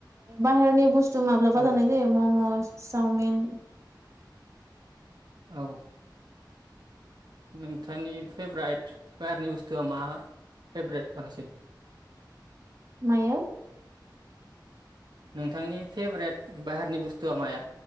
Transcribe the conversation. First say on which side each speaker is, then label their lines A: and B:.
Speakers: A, on the right; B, on the right.
A: बाहेरनि बुस्थु माब्लाबा
B: औ
A: जानाय जायो मम'स सावमिन।
B: औ नोंथांनि फेबारेट बाहेरनि बुस्थुआ मा फेभ्रेट बांसिन।
A: मायो।
B: नोंथांनि फेब्रेट बाहेरनि बुस्थुआ माया